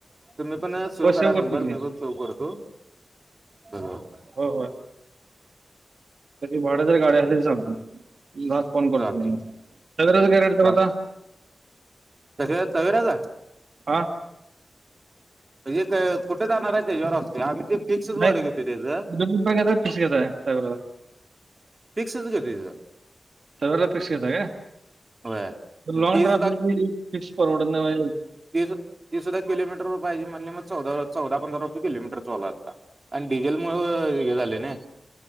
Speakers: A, on the right; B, on the right.
A: तुम्ही पण सेव्ह
B: हो
A: करा नंबर
B: करतो की
A: मी पण सेव्ह करतो बरं
B: होय होय तर त भाड्या तर गाडी्या अस तरी सांगत <unintelligible> फोन कर
A: चालते
B: तला सग रज कायड होता
A: चाल तस
B: <unintelligible>
A: तवेराचा
B: हां
A: म्हणजे कुठे जाणार आहे त्याच्यावर असते आम्ही ते फिक्स
B: नाही
A: भाड्या घेतोय त्याचा
B: दोन रुपये घेताय फिक्स घेताय सगळ्याला
A: फिक्स क <unintelligible>
B: तवेला फिक्स घेता का
A: होय मग
B: लॉंग
A: ती
B: ड्राईव्ह असलं फिक्स परवड नाही.
A: तीस तीसा कलोमीटर <unintelligible> पाहिजे म्हणले मग चौदा चौदा पंधरा रुपये किलोमीटर चालू आहे आता आणि डिझेल मुळ हे झाले ना